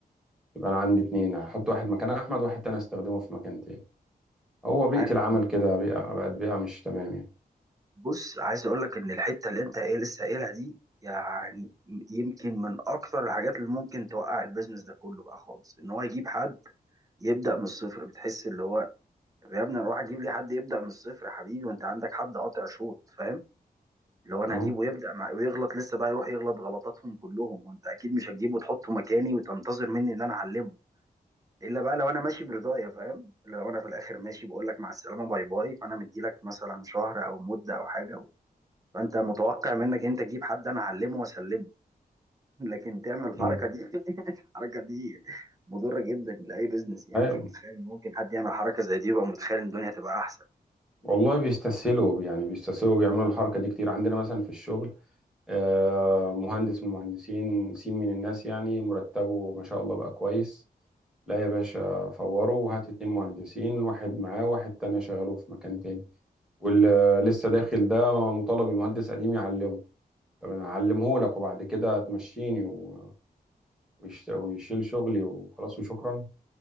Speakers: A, in the centre; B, on the right (about 20°).
A: يبقى انا عندي اتنين هحط واحد مكان احمد وواحد تاني استخدمه في مكان تاني هو بيئة
B: عارف
A: العمل كده بيئة بقت بيئة مش تمام يعني
B: بص عايز اقول لك ان الحته اللي انت ايه لسه قايلها دي يعني يمكن من اكتر الحاجات اللي ممكن توقع البيزنس ده كله بقى خالص ان هو يجيب حد يبدا من الصفر بتحس اللي هو طب يا ابني روح اجيب لي حد يبدا من الصفر يا حبيبي وانت عندك حد قاطع شوط فاهم لو انا
A: اه
B: هجيبه يبدا مع ويغلط لسه بقى يروح يغلط غلطاتهم كلهم وانت اكيد مش هتجيبه وتحطه مكاني وتنتظر مني ان انا اعلمه الا بقى لو انا ماشي برضايا فاهم إلا لو انا في الاخر ماشي بقول لك مع السلامه باي باي فانا مدي لك مثلا شهر او مده او حاجه و... فانت متوقع منك انت تجيب حد انا اعلمه واسلمه <laughs> لكن تعمل الحركه
A: مم.
B: دي <laughs> الحركه دي مضره جدا لاي بزنس يعني
A: ايوه
B: مش متخيل إن ممكن حد يعمل حركه زي دي ويبقى متخيل ان الدنيا تبقى احسن
A: والله بيستسهلوا يعني بيستسهلوا بيعملوا الحركة دي كتير عندنا مثلا في الشغل آه، مهندس من المهندسين سين من الناس يعني مرتبه ما شاء الله بقى كويس لا يا باشا فوره وهات اتنين مهندسين واحد معاه واحد تاني شغله في مكان تاني واللي لسه داخل ده مطالب المهندس قديم يعلمه طب انا هعلمه لك وبعد كده هتمشيني و- ويش- ويشيل شغلي وخلاص وشكرا